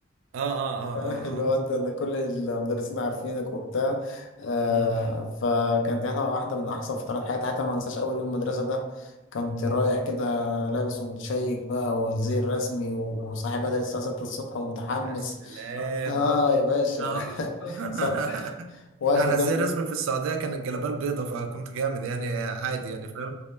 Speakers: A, on the right; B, on the left.
A: اه اه اه
B: <laughs>
A: اه
B: اللي
A: اه
B: هو انت ان كل المدرسين عارفينك وبتاع آه
A: مم.
B: فكانت هنا واحده من احسن فترات حياتي حتى ما انساش اول يوم مدرسه ده كنت رايح كده لابس ومتشيك بقى والزي الرسمي وصاحي بدري الساعه 6 الصبح ومتحمس
A: يا سلام
B: اه يا باشا
A: اه
B: <laughs>
A: <laughs>
B: ص- واقف
A: انا
B: قدام
A: زي رسمي في السعوديه كان الجلابيه البيضه فكنت جامد يعني عادي يعني فاهم